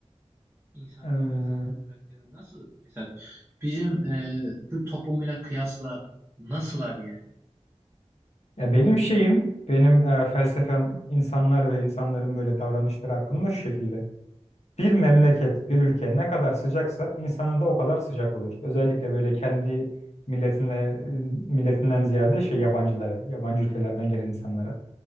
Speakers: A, on the right; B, on the left.
A: İnsanlar
B: Ee,
A: ve insanların karakterini nasıl? Mesela bizim e, Türk toplumuyla kıyasla nasıllar yani?
B: ya benim şeyim, benim e, felsefem insanlar ve insanların böyle davranışları hakkında şu şekilde. Bir memleket, bir ülke ne kadar sıcaksa insanı da o kadar sıcak olur. Özellikle böyle kendi milletine, milletinden ziyade şey yabancılara, yabancı ülkelerden gelen insanlara.